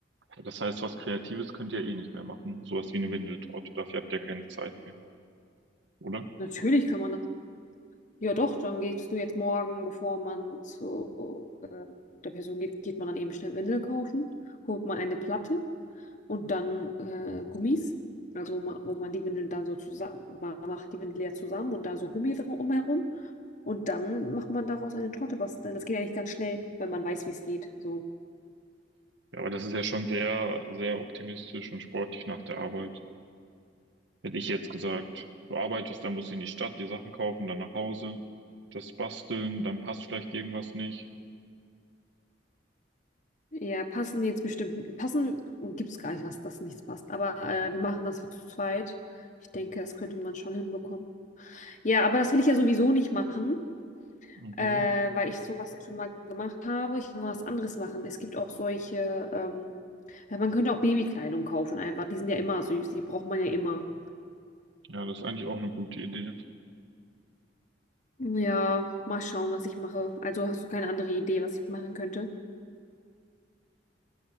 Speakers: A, on the right (about 70°); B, on the left (about 45°).
A: Das heißt, was Kreatives könnt ihr eh nicht mehr machen. Sowas wie eine Windeltorte. Dafür habt ihr keine Zeit mehr, oder?
B: Natürlich kann man Ja, doch, dann gehst du jetzt morgen, bevor man zu äh, der Person geht, geht man dann eben schnell Windel kaufen, holt mal eine Platte und dann äh, Gummis. Also ma- wo man die Windeln dann so zusammen, man macht die Windel ja zusammen und dann so Gummi drum umherum. Und dann macht man daraus eine Torte basteln. Das geht eigentlich ganz schnell, wenn man weiß, wie es geht. So.
A: Ja, aber das ist ja schon sehr, sehr optimistisch und sportlich nach der Arbeit. Hätte ich jetzt gesagt, du arbeitest, dann musst du in die Stadt, die Sachen kaufen, dann nach Hause, das basteln, dann passt vielleicht irgendwas nicht.
B: Ja, passen jetzt bestimmt. Passen gibt es gar nicht, was das nichts passt. Aber äh, wir machen das zu zweit. Ich denke, das könnte man schon hinbekommen. Ja, aber das will ich ja sowieso nicht machen.
A: Mhm.
B: äh, weil ich sowas ja schon mal gemacht habe. Ich will mal was anderes machen. Es gibt auch solche, ähm, ja, man könnte auch Babykleidung kaufen einfach. Die sind ja immer süß, die braucht man ja immer.
A: Ja, das ist eigentlich auch eine gute Idee.
B: Ja, mal schauen, was ich mache. Also hast du keine andere Idee, was ich machen könnte?